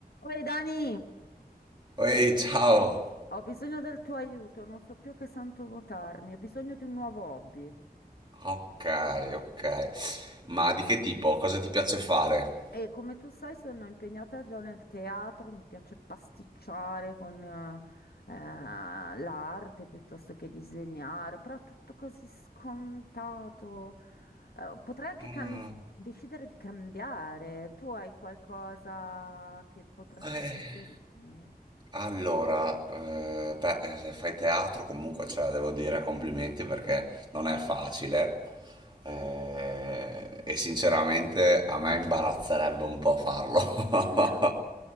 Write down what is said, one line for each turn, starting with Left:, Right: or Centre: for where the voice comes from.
Left: Oi Dani,
Right: Ehi, ciao!
Left: ho bisogno del tuo aiuto, non so più che santo votarmi, ho bisogno di un nuovo hobby.
Right: Ok, ok. Ma di che tipo? Cosa ti piace fare?
Left: E come tu sai, sono impegnata già nel teatro, mi piace pasticciare con eh, eh, l'arte piuttosto che disegnare, però è tutto così scontato. Eh, potrei anche
Right: Mm,
Left: cam- decidere di cambiare. Tu hai qualcosa che potresti
Right: eh.
Left: suggerirmi?
Right: Allora, eh, beh, eh, se fai teatro comunque, cioè, devo dire complimenti perché non è facile eh, e sinceramente a me imbarazzerebbe un po' farlo <laughs>
Left: <laughs>